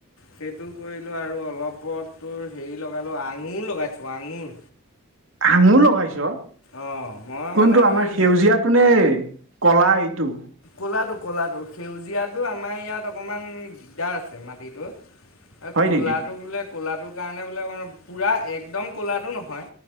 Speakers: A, on the left (about 80°); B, on the right (about 65°).
A: সেইটো কৰিলোঁ আৰু অলপ তোৰ হেৰি লগালোঁ আঙুৰ লগাইছোঁ আঙুৰ।
B: আঙুৰ লগাইছ
A: অ' মই
B: কোনটো
A: মানে
B: আমাৰ
A: তোৰ
B: সেউজীয়াটোনে
A: হে
B: ক'লা এইটো।
A: ক'লাটো ক'লাটো সেউজীয়াটো আমাৰ ইয়াত অকণমান দিগদাৰ আছে মাটিটো
B: হয়
A: ক'লাটো
B: নেকি
A: বোলে ক'লাটো কাৰণে বোলে পুৰা একদম ক'লাটো নহয়।